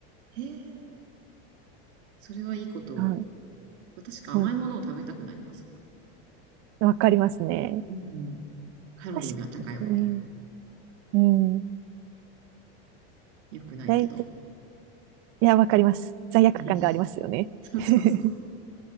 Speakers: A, on the right (about 80°); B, on the right (about 40°).
A: へえ。それはいいことを。
B: はい。
A: 確か甘いものを食べたくなります
B: もう、わかりますね。
A: もん。うん。カロリーが高いもの。
B: 確かにね。うん。
A: 良くないけど。
B: 大体、いや、わかります。罪悪感がありますよね。
A: <laughs> うんそうそうそう。
B: <laughs>